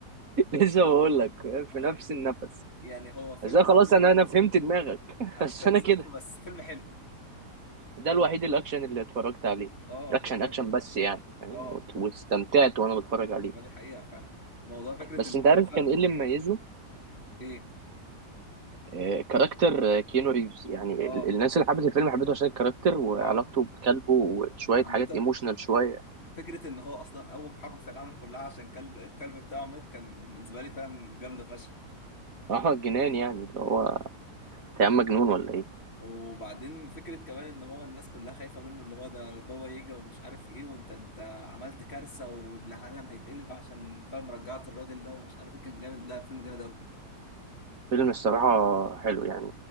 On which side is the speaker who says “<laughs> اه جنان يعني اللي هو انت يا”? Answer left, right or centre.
Right